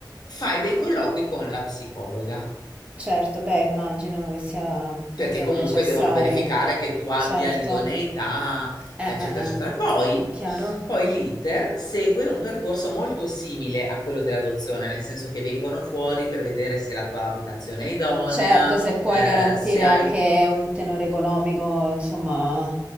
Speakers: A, on the left; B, on the right.
A: fai dei colloqui con la psicologa.
B: certo, beh, immagino che sia più
A: perché
B: che
A: comunque
B: necessario.
A: devono verificare che tu abbia
B: Certo.
A: l'idoneità,
B: Eh,
A: eccetera,
B: eh,
A: eccetera.
B: eh.
A: Poi,
B: Chiaro?
A: poi l'iter segue un percorso molto simile a quello dell'adozione, nel senso che vengono fuori per vedere se la tua abitazione è idonea,
B: Certo, se puoi
A: eh,
B: garantire
A: se hai...
B: anche un tenore economico, insomma,